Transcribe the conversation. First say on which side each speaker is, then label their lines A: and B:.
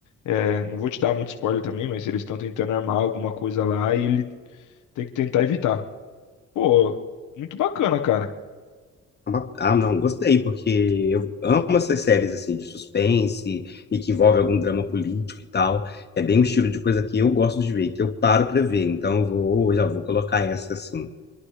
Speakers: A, on the left (about 80°); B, on the left (about 35°).
A: é, não vou te dar muito spoiler também, mas eles estão tentando armar alguma coisa lá e ele tem que tentar evitar. Pô, muito bacana, cara.
B: Ah, ba- ah, não, gostei, porque eu amo essas séries, assim, de suspense e que envolve algum drama político e tal. É bem um estilo de coisa que eu gosto de ver, que eu paro pra ver. Então, eu vou, eu já vou colocar essa, assim.